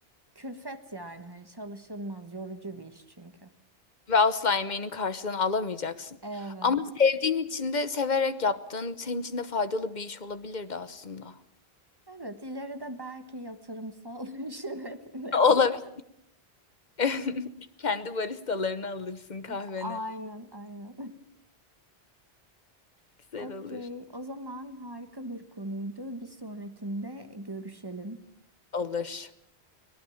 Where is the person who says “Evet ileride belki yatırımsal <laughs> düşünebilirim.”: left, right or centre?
Right